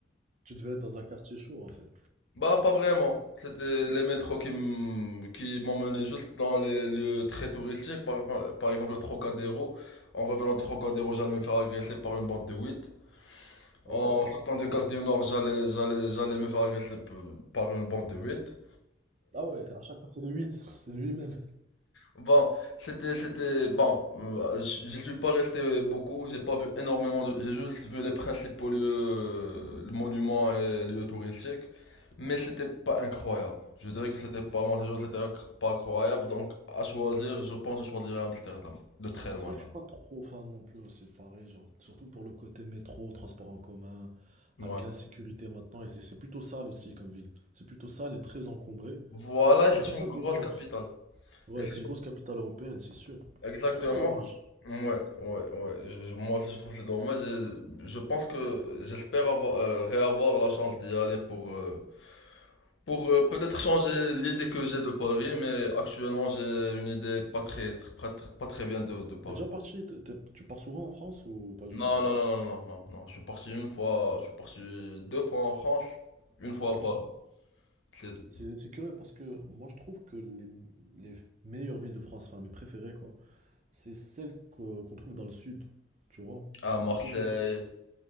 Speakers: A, on the right; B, on the left.
A: tu devais être dans un quartier chaud en fait.
B: Bah, pas vraiment. C'était les métros qui m- qui m'emmenaient juste dans les lieux très touristiques. Par, par- par exemple, le Trocadéro. En revenant de Trocadéro, j'allais me faire agresser par une bande de 8.
A: Ok.
B: En sortant de Gare du Nord, j'allais, j'allais, j'allais me faire agresser p- par une bande de 8.
A: Ah ouais, à chaque fois c'est le 8, <laughs> c'est lui-même.
B: Bon, c'était, c'était, bon, euh, j- j'y suis pas resté beaucoup, j'ai pas vu énormément de, j'ai juste vu les principaux lieux, euh, les monuments et lieux touristiques, mais c'était pas incroyable. Je dirais que c'était pas, mon séjour, c'était inc- pas incroyable, donc à choisir, je pense que je choisirais Amsterdam, de très loin.
A: C'est vrai que je suis pas trop fan non plus aussi de Paris, genre, surtout pour le côté métro, transport en commun,
B: Ouais.
A: avec l'insécurité maintenant, et c'est c'est plutôt sale aussi comme ville. C'est plutôt sale et très encombré,
B: Voilà, et
A: mais
B: c'est
A: je trouve
B: une
A: ça dommage.
B: grosse capitale.
A: Ouais,
B: Et c'est
A: c'est une
B: une-
A: grosse capitale européenne, c'est sûr.
B: Exactement.
A: Je trouve ça dommage.
B: Ouais, ouais, ouais. Je- je- moi aussi, je trouve que c'est dommage. Je, je pense que j'espère avoir, euh, réavoir la chance d'y aller pour, euh, Pour euh, peut-être changer l'idée que j'ai de Paris, mais actuellement j'ai une idée pas très, tr- pas, tr- pas très bien de, de Paris.
A: T'es déjà parti, t'es- t'es- tu pars souvent en France ou pas du
B: Non,
A: tout?
B: non, non, non, non, non, non. Je suis parti une fois, je suis parti deux fois en France, une fois
A: Ok.
B: à Paris, c'est tout.
A: C'est c'est curieux parce que moi je trouve que les, les meilleures villes de France, enfin mes préférées quoi, c'est celles que- qu'on trouve dans le sud, tu vois?
B: À
A: Parce que
B: Marseille,
A: c'est toujours...